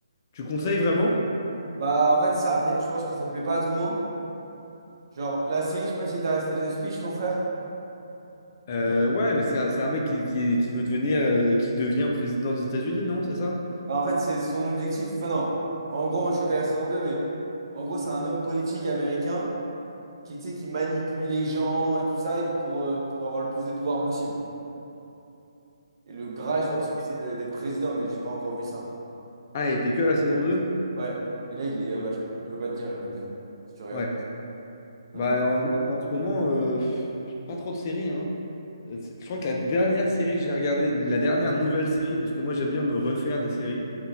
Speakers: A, on the left; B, on the right.
A: Tu conseilles vraiment?
B: Bah, en fait, ça plaît, je pense que ça plaît pas à tout le monde. Genre, la série, je sais pas si t'as resté les speeches, ton frère.
A: Euh, ouais, mais c'est un, c'est un mec qui, qui, qui veut devenir euh, et qui devient président des États-Unis, non? C'est ça?
B: Bah, en fait, c'est son objectif, enfin non, en gros, moi je suis qu'à la saison 2 mais en gros, c'est un homme politique américain qui, tu sais, qui manipule les gens et tout ça et pour, euh, pour avoir le plus de pouvoir possible. Et le Graal, je pense
A: Ouais.
B: que c'est euh, d'être président, mais j'ai pas encore vu ça.
A: Ah, et t'es que à la saison deux
B: Ouais, et là, il est, euh,
A: Ouais.
B: bah, je je peux pas te dire, je peux pas te dire, si tu regardes.
A: Ouais.
B: Non,
A: Bah,
B: mais-
A: en, moi, en ce moment, euh, pff, j'ai pas trop de séries, hein. Euh, c'est- Je crois que la dernière série que j'ai regardée, la dernière nouvelle série, parce que moi, j'aime bien me refaire des séries.